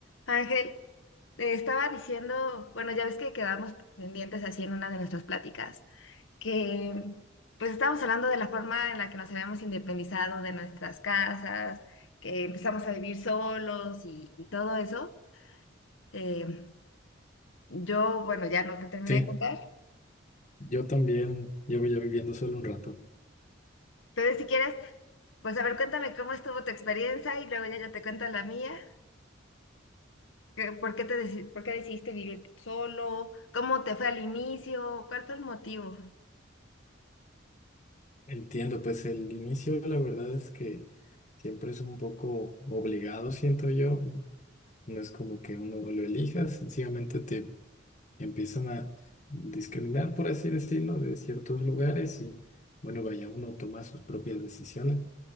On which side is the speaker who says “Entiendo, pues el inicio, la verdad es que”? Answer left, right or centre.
Left